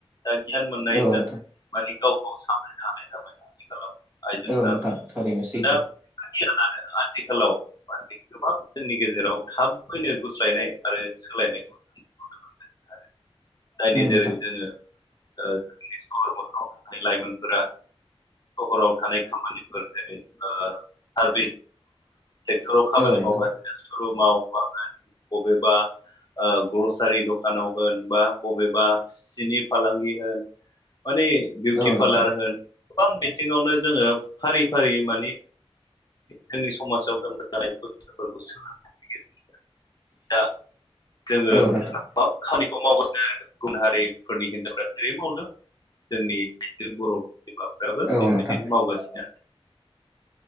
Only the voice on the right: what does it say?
औ नोंथां
औ नोंथां थारैनो सैथो
नों नोंथां
औ नोंथां
औ नोंथां
औ नोंथां
औ
नोंथां